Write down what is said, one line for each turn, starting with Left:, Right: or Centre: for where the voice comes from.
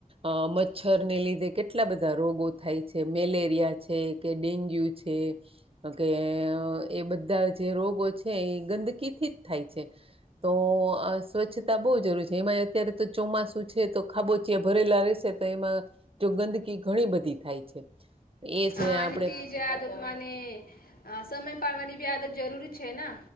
Right: અ મચ્છરને લીધે કેટલા બધા રોગો થાય છે મેલેરિયા છે કે ડેન્ગ્યુ છે. કે કે એ બધા જે રોગો છે એ ગંદકીથી જ થાય છે. તો સ્વચ્છતા બહુ જરૂરી છે એમાં અત્યારે તો ચોમાસું છે તો ખાબોચીયા ભરેલા રહેશે તો એમાં જો ગંદકી ઘણી બધી થાય છે. એ છે
Left: હા
Right: આપ
Left: અને તે જે આદત મને હ સમય પાડવાની બી આદત જરૂરી છે ને